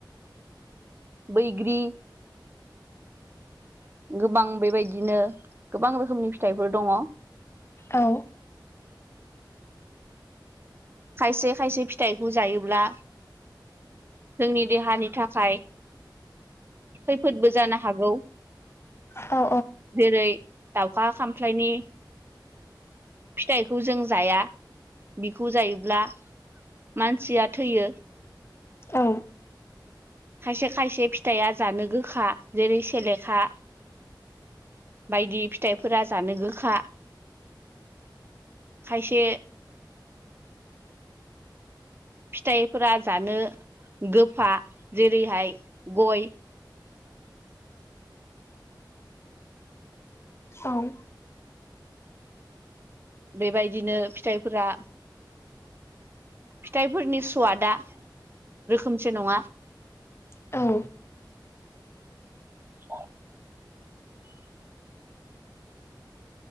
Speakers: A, on the right; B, on the left.
A: बैग्रि गोबां बेबायदिनो गोबां रोखोमनि फिथाइफोर दङ
B: औ
A: खायसे खायसे फिथाइखौ जायोब्ला जोंनि देहानि थाखाय खैफोदबो जानो हागौ
B: औ
A: जेरै दाउखा खामख्लायनि फिथाइखौ जों जाया बिखौ जायोब्ला मानसिया थैयो
B: औ
A: खायसे खायसे फिथाइया जानो गोखा जेरै सेलेखा बायदि फिथाइफोरा जानो गोखा खायसे फिथाइफोरा जानो गोफा जेरैहाय गय
B: औ
A: बेबायदिनो फिथाइफोरा फिथाइफोरनि सवादा रोखोमसे नङा
B: औ
A: औ